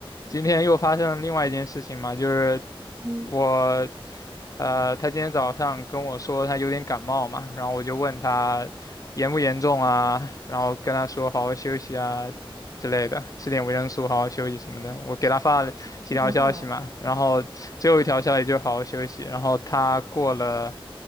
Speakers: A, on the left; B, on the right.
A: 今天又发生了另外一件事情嘛，就是
B: 嗯。
A: 我，呃，他今天早上跟我说他有点感冒嘛，然后我就问他严不严重啊，然后跟他说好好休息啊之类的，吃点维生素，好好休息什么的。我给他发了几条消息嘛，
B: 那很好啊。
A: 然后最后一条消息就好好休息，
B: 嗯
A: 然后他过了。